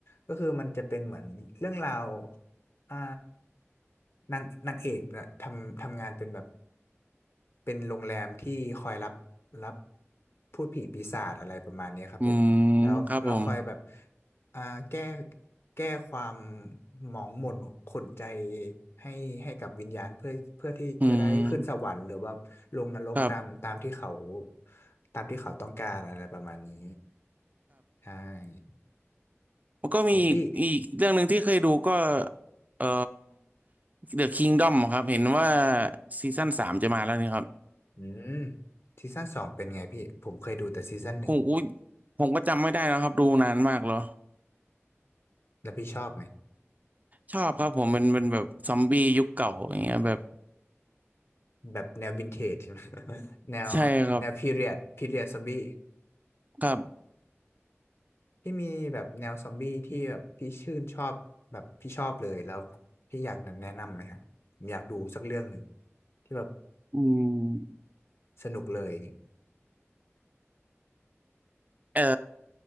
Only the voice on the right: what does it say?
อืมครับผม
อืมครับ
มันก็มีอีกอีกเรื่องหนึ่งที่เคยดูก็
เอ่อ The Kingdom ครับเห็นว่าซีซั่นสามจะมาแล้วนี่ครับ
ผมอุ้ยผมก็จำไม่ได้นะครับดูนานมากแล้ว
ชอบครับผมเป็นเป็นแบบซอมบี้ยุคเก่าอย่างเงี้ยแบบ
ใช่ครับครับ
อืม
เอ่อ